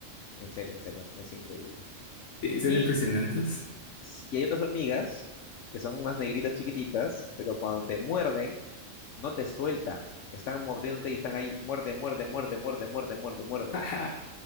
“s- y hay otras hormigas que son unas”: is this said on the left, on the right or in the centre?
Left